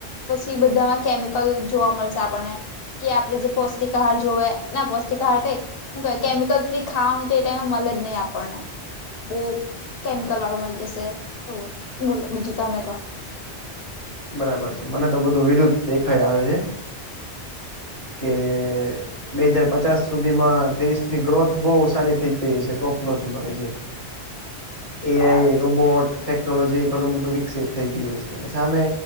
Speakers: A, on the left (about 65°); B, on the right (about 35°).
A: પછી બધામાં કેમિકલ જોવા મળશે આપણને કે આપડે જે પોસ્ટિક આહાર જોવે ના પ્રોસ્ટિક આહાર કઈ શું કેવાઈ કેમિકલ ફ્રી ખાવાનું તો એ ટાઈમે મળે જ નહી આપણને બો <unintelligible> મળી જશે એ બોલો બીજું તમે તો
B: બરાબર છે. મને તો બધું વિરુદ્ધ દેખાય આવે છે. કે બે હજાર પચાસ સુધીમાં દેશની ગ્રોથ બહુ સારી થઈ ગઈ છે. ટોપ નો જ છે. હા એ
A: બરાબર
B: આઈ
A: છે
B: રોબોટ ટેકનોલોજી ઘણું બધું વિકસિત થઈ ગયું છે અને સામે